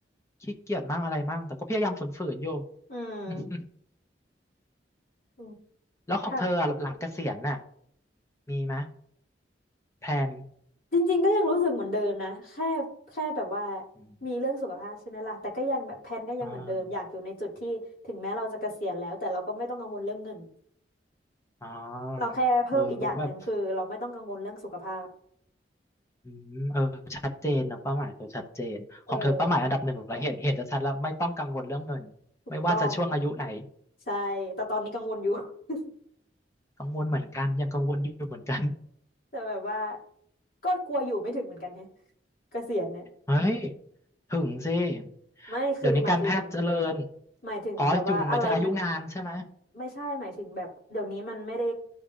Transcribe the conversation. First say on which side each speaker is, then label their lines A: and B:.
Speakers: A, on the left; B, on the left.
A: ขี้เกียจมั่งอะไรมั่งแต่ก็พยายามฝืนๆอยู่
B: อืม
A: <laughs>
B: อืม
A: แล้วของเธออะหลังเกษียณน่ะ
B: ค่ะ
A: มีไหมยแพลน
B: จริงๆก็ยังรู้สึกเหมือนเดิมนะ แค่แค่แบบว่า
A: อม
B: มีเรื่องสุขภาพใช่ไหมล่ะแต่ก็ยังแบบแพลนก็ยังเหมือนเดิม
A: อ่า
B: อยากอยู่ในจุดที่ถึงแม้เราจะเกษียณแล้วแต่เราก็ไม่ต้องกังวลเรื่องเงิน
A: อ๋อ
B: เราแค่เพิ่มอีกอย่างหนึ่งคือเราไม่ต้องกังวลเรื่องสุขภาพ
A: เออก็แบบอืมเออชัดเจนนะเป้าหมายเธอชัดเจนของเธอเป้าหมายอันดับหนึ่งเราเห็นเห็นจะชัดแล้วไม่ต้องกังวลเรื่องเงินไม่ว่าจะช่วงอายุไหน
B: เออถูกต้องใช่ แต่ตอนนี้กังวลอยู่ <laughs>
A: กังวลเหมือนกันยังกังวลอยู่เหมือนกัน
B: แต่แบบว่าก็กลัวอยู่ไม่ถึงเหมือนกันเนี่ยเกษียณเนี่ย
A: เฮ้ยถึงสิ
B: ไม่คือหมายถึง
A: เดี๋ยวนี้การแพทย์เจริญ
B: หมายถึงแบบว่าอะไรมัน
A: อ๋ออยู่หมายถึงอายุงานใช่ไหม
B: ไม่ใช่หมายถึงแบบเดี๋ยวนี้มันไม่ได้